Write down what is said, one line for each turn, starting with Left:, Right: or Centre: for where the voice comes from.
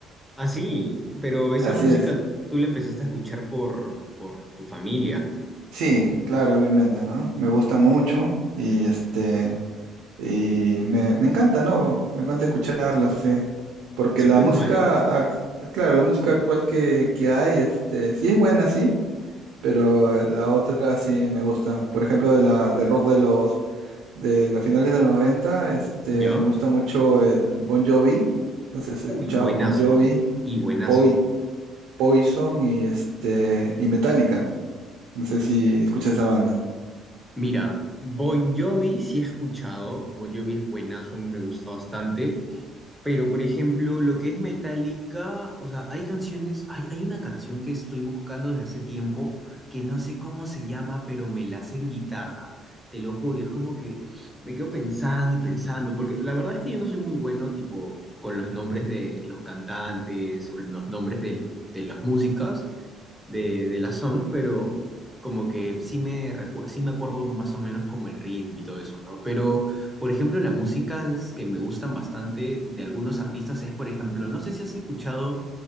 Centre: Ah, sí, pero esa
Right: Así
Centre: música
Right: es.
Centre: tú la empezaste a escuchar por, por tu familia.
Right: Sí, claro, obviamente, ¿no? Me gusta mucho y este... Y me, me encanta, ¿no? Me encanta escucharla, sí. Porque
Centre: Sí,
Right: la
Centre: no
Right: música,
Centre: es mala.
Right: ah, claro, la música actual que, que hay, este, sí es buena, sí, pero eh, la otra sí me gusta. Por ejemplo, de la, de rock de los, de las finales de los 90 este,
Centre: ¿Ya?
Right: me gusta mucho el Bon Jovi. No sé si has escuchado
Centre: Uy, buenazo.
Right: Bon Jovi,
Centre: Y buenazo.
Right: Poi- Poison y este, y Metallica. No sé si escuchas esa banda.
Centre: Mira, Bon Jovi sí he escuchado. Bon Jovi es buenazo, a mí me gusta bastante. Pero, por ejemplo, lo que es Metallica, o sea, hay canciones, hay, hay una canción que estoy buscando desde hace tiempo que no sé cómo se llama, pero me la sé en guitarra. Te lo juro, y es como que me quedo pensando y pensando, porque la verdad es que yo no soy muy bueno, tipo, con los nombres de los cantantes o los nombres del- de las músicas. de, de la song, pero como que sí me, recu- sí me acuerdo más o menos como el ritmo y todo eso, ¿no? Pero, por ejemplo, las músicas que me gustan bastante de algunos artistas es, por ejemplo, no sé si has escuchado